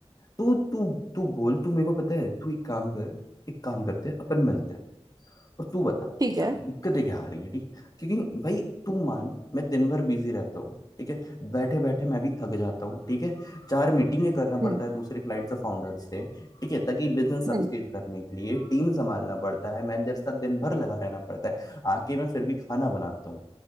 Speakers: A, on the left; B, on the right.
A: तू तू तू बोल तू मेरे को पता है तू एक काम कर एक काम करते हैं अपन मिलते हैं और तू बता
B: ठीक
A: क्या
B: है
A: दिक्कतें क्या आ रही है ठीक है क्योंकि भाई तू मान मैं दिन भर बिजी रहता हूँ ठीक है बैठे बैठे मैं भी थक जाता हूँ ठीक है चार मीटिंगें करना पड़ता
B: हम्म
A: है दूसरे क्लाइंट्स और फाउंडर से ठीक है ताकि बिजनेस अपस्केल
B: हम्म।
A: करने के लिए टीम संभालना पड़ता है मैनेजर के साथ दिन भर लगा रहना पड़ता है आके मैं फिर भी खाना बनाता हूँ